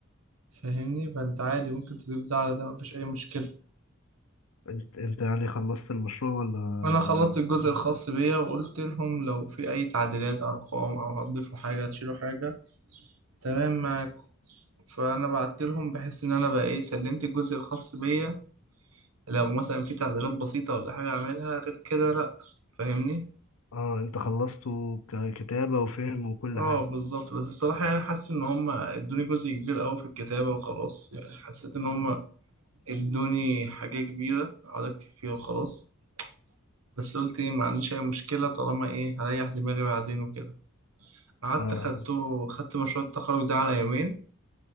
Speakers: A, on the right; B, on the left.
A: فاهمني فانت عادي ممكن تضيف ده على ده مفيش اي مشكلة
B: انت انت يعني خلصت المشروع ولا
A: انا خلصت
B: ولا لسه
A: الجزء الخاص بيا وقلت لهم لو في اي تعديلات ارقام او هتضيفوا حاجة هتشيلوا حاجة تمام معاكم فانا بعت لهم بحس ان انا بقى ايه سلمت الجزء الخاص بيا لو مثلا في تعديلات بسيطة ولا حاجة اعملها غير كده لا فاهمني
B: اه انت خلصته ككتابة وفهم وكل
A: اه
B: حاجة
A: بالظبط بس الصراحة يعني حاسس ان هم ادوني جزء كبير اوي في الكتابة وخلاص يعني حسيت ان هم ادوني حاجة كبيرة اقعد اكتب فيها وخلاص بس قلت ايه ما عنديش اي مشكله طالما ايه هريح دماغي بعدين وكده قعدت
B: اه
A: خدته خدت مشروع التخرج ده على يومين